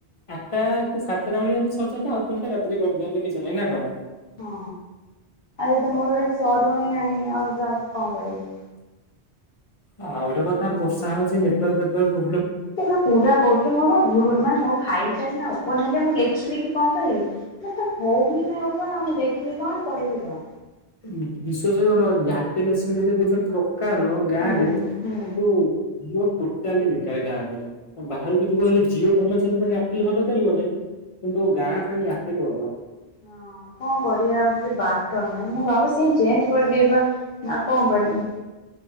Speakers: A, on the left (about 45°); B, on the left (about 65°).
A: ଆଠଟା କି ସାତଟା ଭଳିଆ ଯଜିି ସରିଯାନ୍ତତା ଆଉ ତିନିଟା ରାତିରେ କରିଦିଅନ୍ତି କିଛି ନାହିଁ ନା କଣ?
B: ହଁ ଆ ତ ମୂଳରେ ସରୁ ହିଁ ନାହିଁ ଆଉ କଣ କରିବୁ।
A: ଆଉ ଗୋଟେ କଥା ବର୍ଷା ହଉଚଛି ନେତର ଫେତର
B: ସେ ବା ପୁରା କହୁଛି ମୋ ବା ଘୁରୁ ମାନେ ମୋ ଫାଇଲ ଟା ନା ଓପନ ହେଲେ ମୁଁ ଲେଖିବି କି କଣ କରିବି ମତ ତ ହଉ ହି ନା ମୁଁ କି କଣ କରିବି କଣ?
A: ବିଶ୍ୱସରଟେ ଆଟେନ୍ସଂ ହେଲେ ଗୋ ସକାର ଗାଁ
B: ହୁଁ
A: ରେ
B: ହୁଁ।
A: ଯୁ ଯ ଟୋଟାଲି ବେକାର ଗାଁ ପାଇଁ ଆ ବାହାରକୁ ଯିବ ହେଲେ ଝିଅ ଭଲ ଚାଲିବ ଆଖଲେ ଭଲ ଚାଲିବ ନାଇ କିନ୍ତୁ ଗାଁ ପାଇଁ ଆସିଲେ ଭଲ।
B: ହଁ କଣ କରିବା ଆଉ କିଛି ବାଟ ନାହିଁ। ମୁଁ ଭାବୁଚି ସିମ୍ ଚେଞ୍ଜ୍ କରିଦେବି ବା ଆଉ କଣ କରିବି।